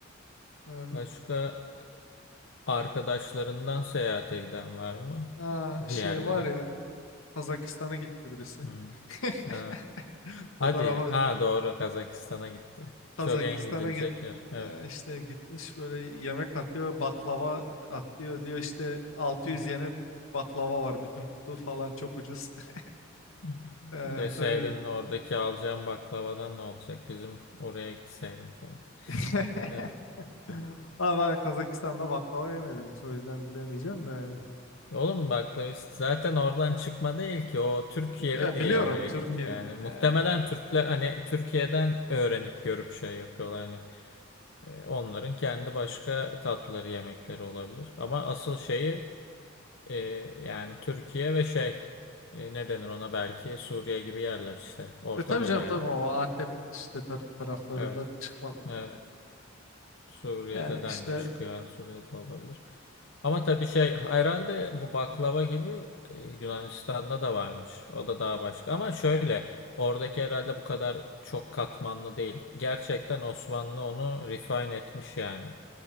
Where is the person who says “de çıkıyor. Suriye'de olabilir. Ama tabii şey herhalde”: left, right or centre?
Left